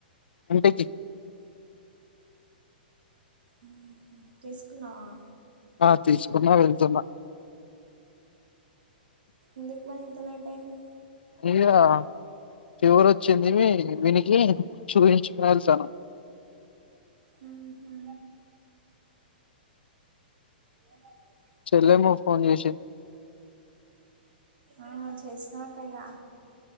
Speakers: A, on the left (about 85°); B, on the right (about 70°).
A: ఇంటికి
B: ఉహు తీసుకున్నావా
A: ఆ తీసుకున్నా వెళ్తున్నా
B: ఎందుకు మరి ఇంత లేట్ అయింది
A: మీగా ఫీవర్ వచ్చిందివి వినికి చూపించుకుని వెళ్తాను
B: ఊహు ఏమైంది బుజ్జి
A: చెల్లేమ ఫోన్ చేసి
B: ఆ చేసనాటగా